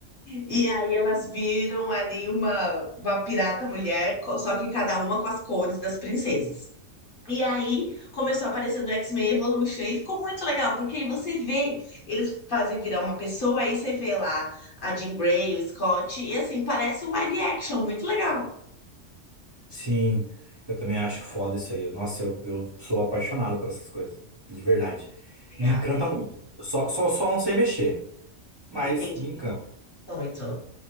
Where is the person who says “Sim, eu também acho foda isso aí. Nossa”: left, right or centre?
Right